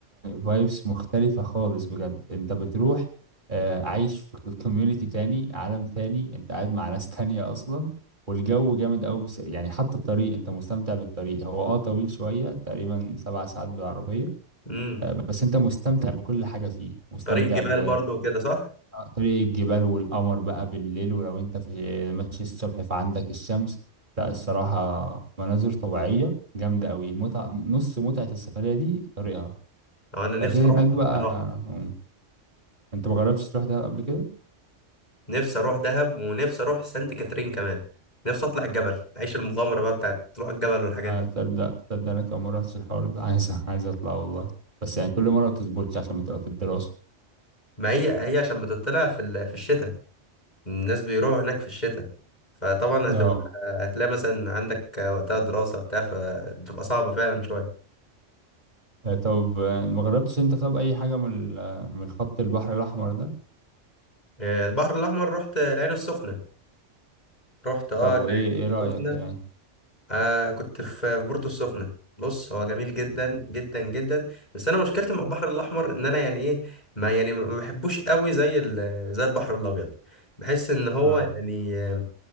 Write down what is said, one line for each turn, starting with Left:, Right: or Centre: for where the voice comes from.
Right: فايبس مختلفة خالص بجد انت بتروح آه، عايش في كوميونيتي تاني عالم تاني انت قاعد مع ناس تانية اصلا والجو جامد قوي بس يعني حتى الطريق انت مستمتع بالطريق هو اه طويل شوية تقريبا سبع ساعات بالعربية
Left: امم
Right: آه، بس انت مستمتع بكل حاجة فيه مستمتع
Left: طريق جبال
Right: ب
Left: برضو وكده صح
Right: آه، طريق الجبال والقمر بقى بالليل ولو انت في ماشي الصبح فعندك الشمس لا الصراحة مناظر طبيعية جامدة قوي متعة نص متعة السفرية دي طريقها
Left: أو انا نفسي
Right: آه، غير
Left: اروح
Right: هناك بقى
Left: بصراحه
Right: آه، انت ما جربتش تروح دهب قبل كده؟
Left: نفسي اروح دهب ونفسي اروح سانت كاترين كمان نفسي اطلع الجبل اعيش المغامره بقى بتاعت تروح الجبل والحاجات
Right: آه،
Left: دي
Right: تصدق تصدق انا كمان ما رحتش الحوار ده <laughs> عايز عايز اطلع والله بس يعني كل مرة ما بتظبطش عشان بتبقى في الدراسة
Left: ما هي هي عشان بتطلع في ال- في الشتاء الناس بيروحوا هناك في الشتاء فطبعا هتبقى
Right: اه
Left: هتلاقي مثلا عندك وقتها دراسه بتاع فتبقى صعبه فعلا شويه
Right: آه، طب آه، ما جربتش انت طب اي حاجة من ال- آه، من خط البحر الاحمر ده؟
Left: آه، البحر الاحمر رحت العين السخنه رحت اه
Right: طب وايه
Left: العين
Right: ايه رأيك
Left: السخنه
Right: هناك؟
Left: آه كنت في في بورتو السخنة بص هو جميل جدا جدا جدا بس انا مشكلتي مع البحر الاحمر ان انا يعني ايه ما يعني ما ما بحبوش قوي زي ال- زي البحر الابيض بحس ان هو
Right: اه
Left: يعني آه،